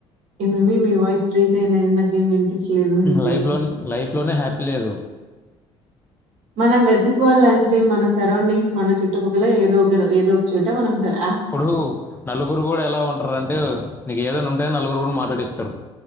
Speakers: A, on the right; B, on the left.
A: ఏమేమి మీ వాయిస్ బ్రేక్ అయింద నాకేమి వినిపించలేదు అని చెప్పు
B: లైఫ్లో లైఫ్లోనే హ్యాపీ లేదు
A: మనం వెతు కోవాలి అంతే మనసుకు సరౌండింగ్స్ మన చుట్టుపక్కల ఏదో ఒకరు ఏదో ఒక చోట మనం సెలె
B: ఇప్పుడు నలుగురు కూడా ఎలా ఉంటారు అంటే నీకు ఏదైనా ఉంటే నలుగురు కూడా మా డిస్తరు